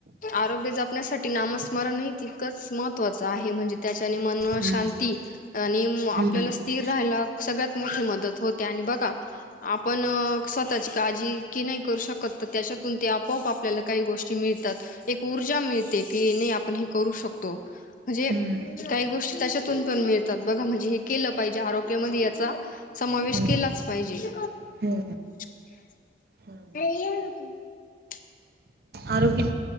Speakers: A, on the left; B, on the right.
A: आरोग्य जपण्यासाठी नामस्मरणही तितकंच महत्वाचं आहे म्हणजे त्या मन
B: हम्म
A: शांती आणि आपल्याला
B: हम्म
A: स्थिर राहाला सगळ्यात मोठी मदत होते आणि बघा आपण काजी की नाही करू शकत तर त्याच्यातून ते आपोआप आपल्याला काही गोष्टी मिळतात एक ऊर्जा मिळते की ते आपण हे करू शकतो मिळतात
B: हम्म
A: काही गोष्टी त्याच्यातून पण मिळतात बघा म्हणजे केलं पाहिजे आरोग्यामध्ये याचा समावेश
B: हो
A: केलाच पाहिजे.
B: हो
A: <unintelligible>
B: बरोबर आरोग्य